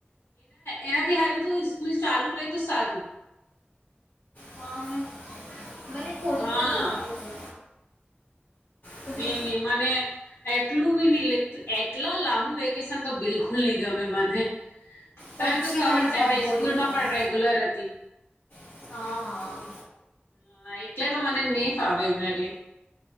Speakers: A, on the left; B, on the left.
A: એનાથી હારું તો સ્કૂલ ચાલુ રહે તો સારું.
B: હા, ને મને થોડુંક
A: હા.
B: થોડુંક ભાવે છે તો
A: નઈ
B: બી
A: ની મને એટલું બી નહ એટલા લાંબુ વેકેશન તો બિલકુલ ની ગમે મને. તને
B: પછી
A: તો ખબર
B: મને
A: છે
B: બહુ
A: મે
B: બોરિંગ
A: સ્કૂલ
B: થાય
A: માં પણ રેગ્યુલર હતી.
B: છે હા
A: હા એટલે તો મને નહી ફાવે ઘરે.